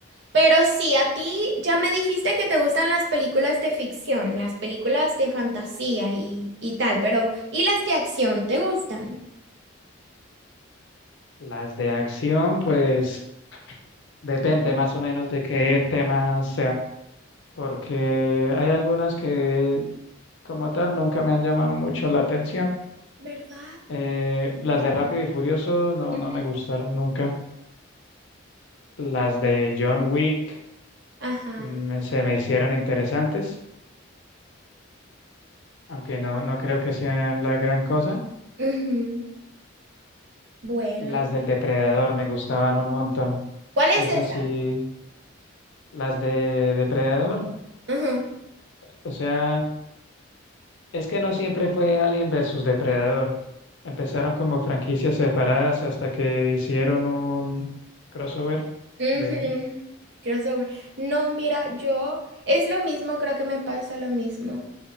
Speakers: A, on the right; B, on the left.
A: Pero sí, a ti ya me dijiste que te gustan las películas de ficción, las películas de fantasía y, y tal, pero ¿y las de acción te gustan?
B: Las de acción, pues depende más o menos de qué tema sea, porque hay algunas que como tal, nunca me han llamado mucho la atención.
A: ¿Verdad?
B: Eh, las de Rápido y Furioso no,
A: Ujú.
B: no me gustaron nunca. Las de John Wick
A: Ajá.
B: mm, me- se me hicieron interesantes, aunque no, no creo que sean la gran cosa.
A: ujú. Bueno,
B: Las del Depredador me gustaban un montón.
A: ¿cuál es
B: Esas
A: esa?
B: sí, las de Depredador.
A: Ajá.
B: O sea, es que no siempre fue Alien versus Depredador. Empezaron como franquicias separadas hasta que hicieron un crossover
A: Ujú,
B: de...
A: Crossover. No, mira, yo es lo mismo, creo que me pasa lo mismo